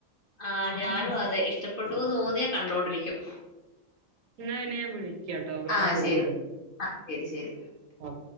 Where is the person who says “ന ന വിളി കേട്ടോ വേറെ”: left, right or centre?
Right